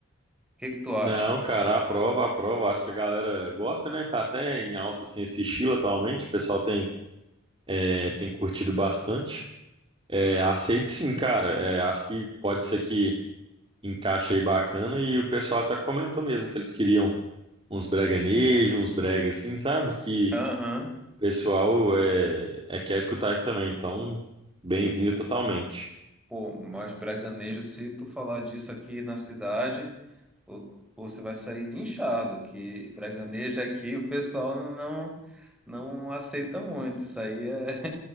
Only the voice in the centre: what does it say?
O que que tu acha?
Aham.
Pô, mais breganejo se tu falar disso aqui na cidade. Ou- ou Você vai sair linchado, que Braganejo aqui o pessoal não não aceita muito. Isso aí é,